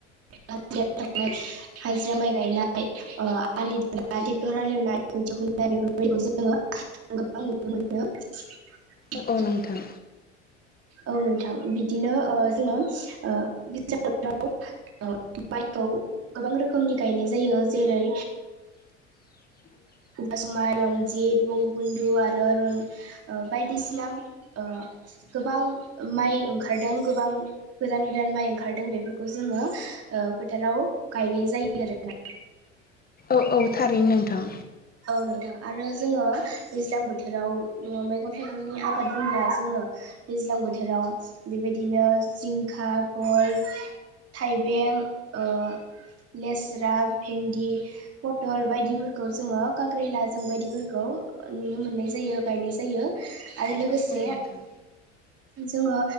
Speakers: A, on the right; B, on the left.
A: <unintelligible> हाजिरा माइ गायनाय ओ आलि दानाय ट्रेक्टर हालेवनाय खोथिया फु दा बेफोरखौ जोङो गोबां नुनो मोनदों।
B: औ औ नोंथां
A: औ नोंथां बिदिनो ओ जोङो ओ <unintelligible> ओ माइखौ गोबां रोखोमनि गायनाय जायो। जेरै
B: <inaudible>
A: आसुमाइ रनजित बंगबुन्धु आरो रन ओ बायदिसिना ओ गोबां माइ ओंखारदों गोबां गोदान गोदान माइ ओंखारदों बेफोरखौ जोङो ओ फोथाराव गायनाय जायो आरोना।
B: औ औ थारैनो नोंथां।
A: औ नोंथां आरो जोङो दैज्लां बोथोराव न'वाव मैगं थाइगंनि आबाद बुंब्ला जोङो दैज्लां बो थोराव बेबायदिनो जिंखाफोर थाइबें ओ लेस्रा भेन्दि पथल बायदिफोरखौ जोङो खाग्रेला जों बायदिफोरखौ नुनो मोननाय जायो गायनाय जायो। आरो लोगोसे
B: औ औ नोंथां
A: जोङो